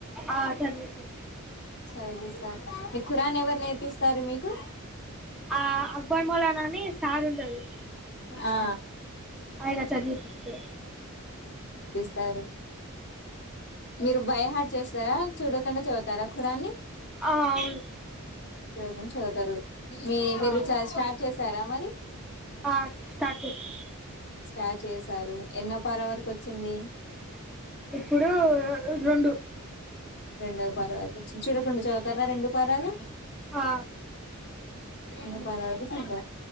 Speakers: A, in the centre; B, on the left (about 50°).
A: ఆ, చదివిస్తాను
B: చదువిపిస్తారు. అని ఎవరు నేర్పిస్తారు మీకు
A: ఆ, అక్బర్ మౌలానా అని సార్ ఉంటాడు
B: ఆ
A: ఆయన చదివిపిస్తే
B: సారూ మీరు బైహాడ్ చేస్తారా చూడకుండా చదుతారా ఖురాన్ని
A: ఆ, అవును
B: చూడకుండ చదువుతారు మీ మీరు
A: ఆ,
B: చ స్టార్ట్ చేస్ తరా మరి
A: ఆ, స్టార్ట్ చేస్తాను
B: స్టార్ట్ చేసి సారు ఎన్నో పర వరకు వచ్చింది.
A: ఇప్పుడూ రెండు
B: రెండో పర్వతీ చూడకుండా చదువుతారా రెండు పరాలు
A: ఆ,
B: ఇకా పార వకు సంత